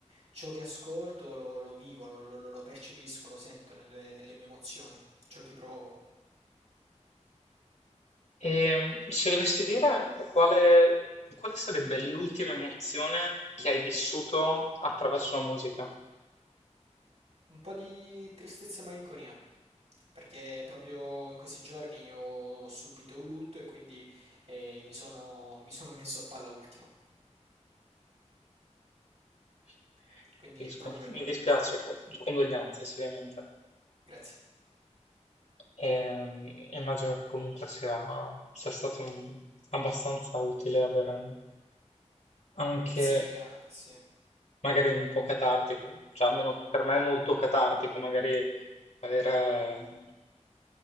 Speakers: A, on the right (about 65°); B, on the left (about 65°).
A: ciò che ascolto lo, lo vivo, lo, lo- lo percepisco, lo sento nelle, nelle mie emozioni, ciò che provo.
B: E se dovessi dire quale, quale sarebbe l'ultima emozione che hai vissuto attraverso la musica? <laughs>
A: Un po' di tristezza e malinconia, perché proprio in questi giorni ho subito un lutto e quindi eh, mi sono, mi sono messo a palla ultimo.
B: Mm,
A: Quindi
B: Capisco,
A: proprio per
B: mi
A: quello.
B: dispiace, co- condoglianze ovviamente.
A: Grazie.
B: Ehm, immagino che comunque sia, sia stato un- abbastanza utile avere anche
A: Sì, ah, sì.
B: Magari un po' catartico, cioè almeno per me è molto catartico, magari aver, eh,